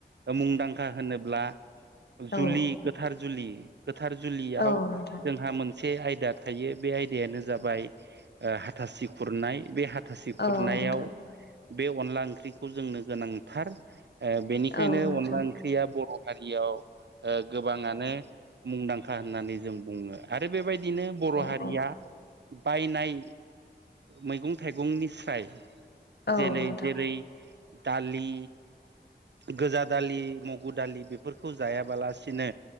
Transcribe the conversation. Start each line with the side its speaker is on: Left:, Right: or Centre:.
Right: मुंदांखा होनोब्ला
Left: औ
Right: जुलि गोथार जुलि गोथार जुलियाव
Left: औ नोंथां
Right: जोंहा मोनसे से आयदा थायो बे आयदायानो जाबाय हाथासि खुरनाय बे थासि
Left: औ
Right: खुरनायाव
Left: नोंथां
Right: बे अनला ओंख्रिखौ जोंनो गोनांथार ओ बेनिखायनो
Left: औ नोंथां
Right: अनला ओंख्रिया बर' फोर हारियाव गोबाङानो मुंदांखा होननानै जों बुङो आरो आरो बेबायदिनो बर' हारिया
Left: औ
Right: बायनाय मैगं थाइगंनि फ्राय जेरै
Left: औ नोंथां
Right: जेरै दालि गोजा दालि मुगु दालि बेफोरखौ जायाबालासिनो